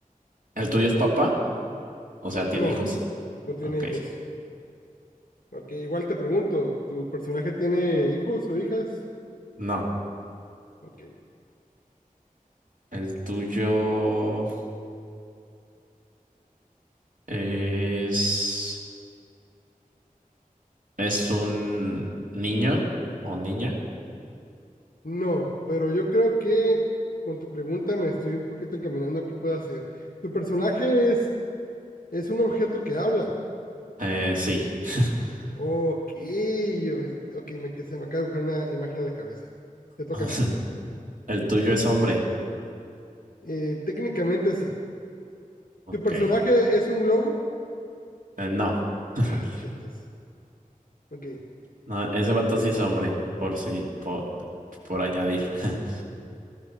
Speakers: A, on the right; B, on the left.
A: el tuyo es papá, o sea, ¿tiene
B: No,
A: hijos?
B: no tiene
A: Ok.
B: hijos. Ok, igual te pregunto, ¿tu personaje tiene hijos o hijas?
A: No,
B: Ok.
A: el tuyo es, es un niño o niña.
B: No, pero yo creo que con tu pregunta me estoy un poquito encaminando a qué puedo hacer. ¿Tu personaje es, es un objeto que habla?
A: Eh, sí. <laughs>
B: Ok, yo, ok, me, que se me acaba de dibujar una imagen en la cabeza. Te toca.
A: O sea, El tuyo es hombre.
B: Eh, técnicamente sí.
A: Ok.
B: ¿Tu personaje es un globo?
A: Eh, no. <laughs>
B: Ah, chetos. Ok.
A: No, ese vato sí es hombre, por si, por, por añadir. <laughs>